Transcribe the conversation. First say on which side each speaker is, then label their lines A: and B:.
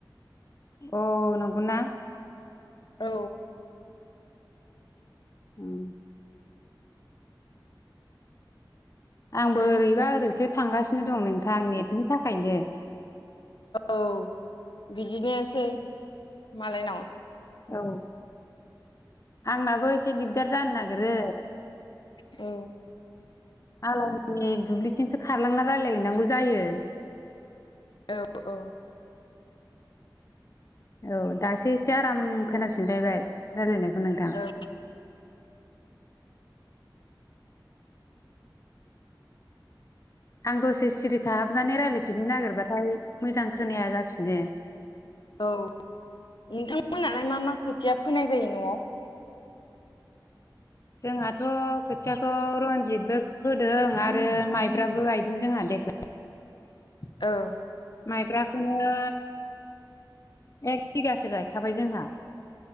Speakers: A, on the left (about 40°); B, on the left (about 75°).
A: औ नंगौना?
B: औ।
A: उम आंबो ओरैबा ओरैखो थांगासिनो दं नोंथां नेटनि थाखायनो।
B: औ बिदिनोसै मालायनाव
A: औ आंनाबो एसे दिगदार जानो नागिरो।
B: औ
A: आलायनि दुब्लिथिंसो खारलांना रायलायहैनांगौ जायो।
B: औ औ
A: औ दासो एसे आराम खोनाफिनलायबाय राय्लायनायखौ नोंथां।
B: औ
A: आं दसे सिरि थाहाबनानै रायज्लायफिननो नागिरबाथाय मोजां खोनाया जाफिनो।
B: औ नोंथांमोनालाय मा मा खोथिया फोनाय जायो न'आव?
A: जोंहाथ' खोथियाखौ रनजितबो फोदों आरो माइब्राबो गायदों जोंहा देग्लाय।
B: औ
A: माइब्राखौनो एक बिगासो गायखाबाय जोंहा